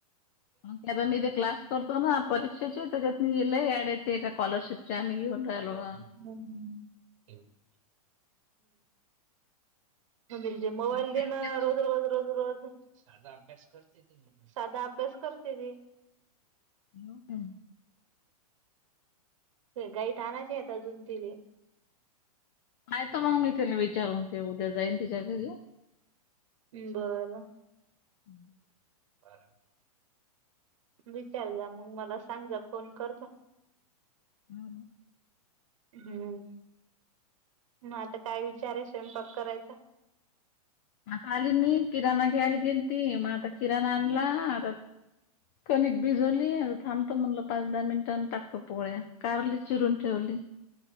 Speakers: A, on the left (about 20°); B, on the right (about 50°).
A: म ते आता मी ते क्लास करतो ना परीक्षेचे त्याच्यात मी लय ऍड ते का कॉलरशिप आम्ही घेऊन राहिलो ना.
B: हम्म! म्हणेल ति मोबाईल
A: भेटले
B: देना
A: तर
B: रोज
A: मग
B: रोज रोज रोज साध अभ्यास करते, साधा अभ्यास करते ती.
A: हो का?
B: गाईड आणायचे आहेत अजून तिले!
A: हायत का मग मी त्यािला विचारून ते उद्या जाईन त्यािच्या घरी.
B: बर!
A: <inaudible>
B: बर! विचार जा, मग मला सांग जा फोन कर जा.
A: हा ना.
B: हम्म म आता काय विचार आहे स्वयंपाक करायचा?
A: आता आली मी किराणा घ्यायला गेलती मग आता किराणा आणला आता कणिक भिजवली थांबतो म्हणलं पाच दहा मिनिटान त पोळ्या कारली चिरून ठेवली